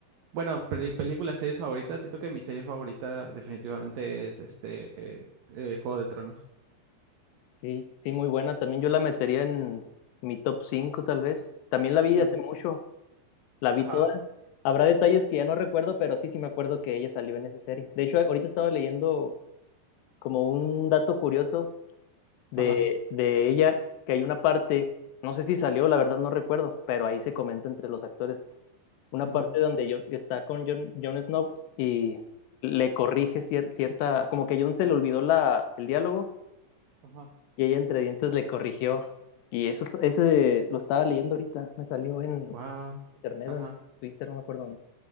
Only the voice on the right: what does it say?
Bueno, peli- películas, series favoritas. Siento que mi serie favorita definitivamente es este eh, eh, Juego de Tronos.
Ujú,
Ajá,
ajá,
ujú,
ajá.
Wow,
ajá,